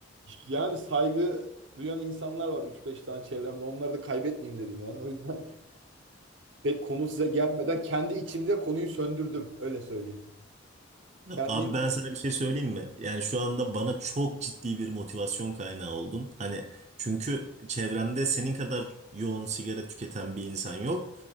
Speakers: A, on the right; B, on the right.
A: Yani saygı duyan insanlar var üç beş tane çevremde. Onları da kaybetmeyeyim dedim yani. O yüzden <laughs> pek konu size gelmeden kendi içimde konuyu söndürdüm. Öyle söyleyeyim. Kendi
B: Abi ben sana bir şey söyleyeyim mi? Yani şu anda bana çok ciddi bir motivasyon kaynağı oldun. Hani çünkü çevremde senin kadar yoğun sigara tüketen bir insan yok.